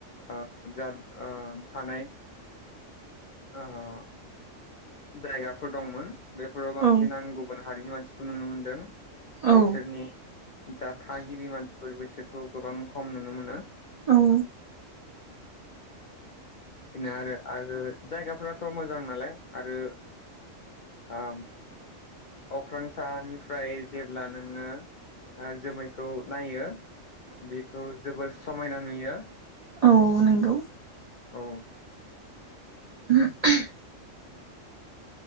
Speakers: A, on the left; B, on the right.
A: आ जाद ओ थानाय। आ हा जायगाफोर दंमोन बेफोराव बांसिन
B: औ
A: आं गुबुन हारिनि मानसिफोर नुनो मोनदों
B: औ
A: बिसोरनि जा थागिबि मानसिफोर बेसोरखौ गोबां खम नुनो मोनो
B: औ
A: बेनो आरो आरो जायगाफोराथ मोजां नालाय आरो आ। अख्रांसानिफ्राय जेब्ला नोङो ओ जोमैखौ नायो बेखौ जोबोर समायना नुयो।
B: औ नंगौ
A: औ
B: <inaudible>